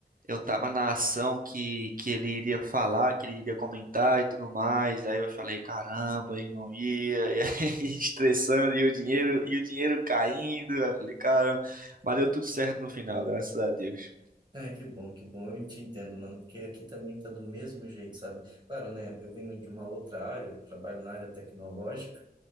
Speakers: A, on the right; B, on the right.
A: eu tava na ação que que ele iria falar, que ele iria comentar e tudo mais. Aí eu falei, caramba, e não ia, e aí <laughs> estressando e o dinheiro e o dinheiro caindo. Aí eu falei, caramba, mas deu tudo certo no final, graças a Deus.
B: Ai, que bom, que bom. Eu te entendo, mano, porque aqui também tá do mesmo jeito, sabe? Claro, né? Eu venho de uma outra área, eu trabalho na área tecnológica.